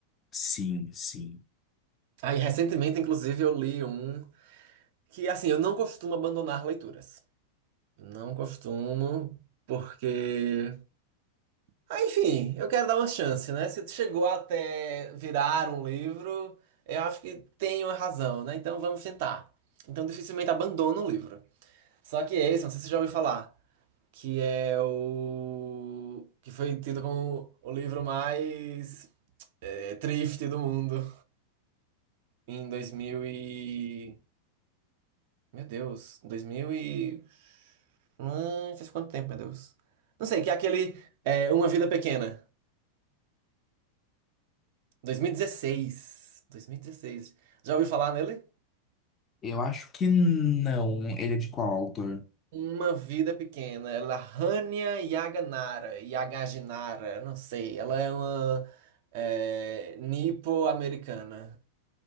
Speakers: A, on the left; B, on the right.
A: Sim, sim.
B: Aí, recentemente, inclusive, eu li um que, assim, eu não costumo abandonar leituras. Não costumo, porque. Ah, enfim, eu quero dar uma chance, né? Se chegou até virar um livro, eu acho que tem uma razão, né? Então, vamos tentar. Então, dificilmente abandono o livro. Só que é esse, não sei se você já ouviu falar, que é o. que foi tido como o livro mais eh, triste do mundo em 2000 e. Meu Deus, 2000 e. Hum, faz quanto tempo, meu Deus? Não sei, que é aquele é Uma Vida Pequena, 2016. 2016. Já ouviu falar nele?
A: Eu acho que não. Ele é de qual autor?
B: Uma Vida Pequena, ela é da Hania Yaganara, Yagaginara, não sei, ela é uma é, nipo-americana.